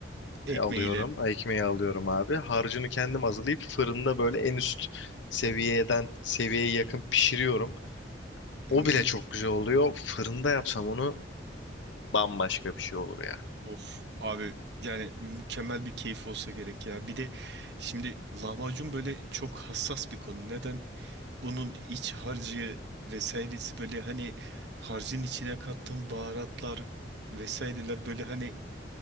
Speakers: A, on the right (about 65°); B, on the left (about 75°).
A: ekmeğiyle.
B: alıyorum, ekmeği alıyorum abi. Harcını kendim hazırlayıp fırında böyle en üst seviyeden seviyeye yakın pişiriyorum.
A: <laughs>
B: O bile çok güzel oluyor. Fırında yapsam onu bambaşka bir şey olur ya.
A: Of abi yani mükemmel bir keyif olsa gerek ya. Bir de şimdi lahmacun böyle çok hassas bir konu. Neden? Onun iç harcı vesairesi böyle hani harcın içine kattığım baharatlar vesaireler böyle hani